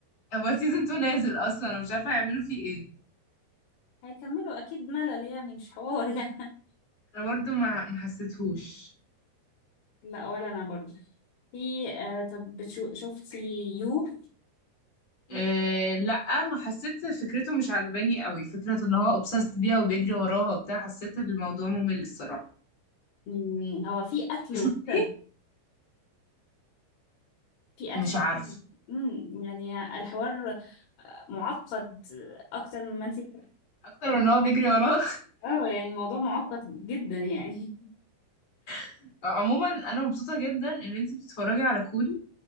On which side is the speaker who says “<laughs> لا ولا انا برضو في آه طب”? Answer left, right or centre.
Left